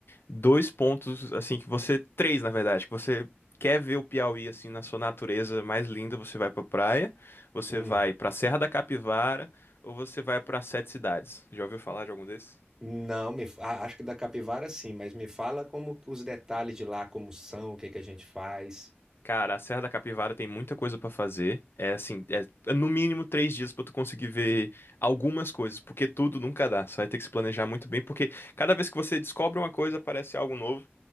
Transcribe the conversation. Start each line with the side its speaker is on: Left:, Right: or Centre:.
Left: dois pontos, assim, que você. Três, na verdade, que você quer ver o Piauí, assim, na sua natureza mais linda, você vai pra praia, você
Right: Hum.
Left: vai pra Serra da Capivara, ou você vai pra Sete Cidades. Já ouviu falar de algum desses?
Right: Não, me, fa- ah, acho que da capivara sim, mas me fala como que os detalhes de lá, como são, o que que a gente faz.
Left: Cara, a Serra da Capivara tem muita coisa pra fazer. É assim, é é no mínimo três dias pra tu conseguir ver algumas coisas, porque tudo nunca dá. Você vai ter que se planejar muito bem, porque cada vez que você descobre uma coisa, aparece algo novo.